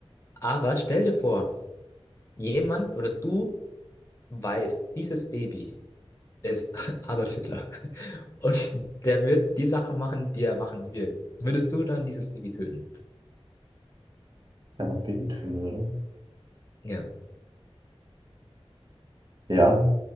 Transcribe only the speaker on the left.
Aber stell dir vor, jemand oder du weißt, dieses Baby ist <laughs> Adolf Hitler. Und der wird die Sachen machen, die er machen wird. Würdest du dann dieses Baby töten?
Ja.